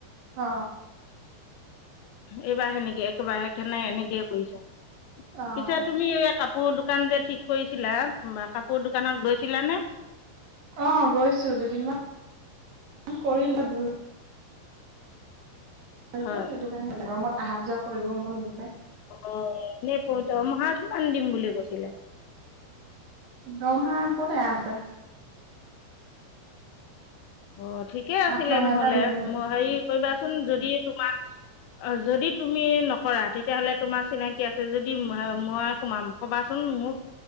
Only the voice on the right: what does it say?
অ
অ',
অ গৈছো দুদিনমান কৰিলোঁ <unintelligible> কয়
যে সেইটো কাৰণে গৰমত অহা যোৱা কৰিব মন নযায়।
দৰমহা ক'লে আঠহাজাৰ।
আঠ ন
হেজাৰ দিম বুলি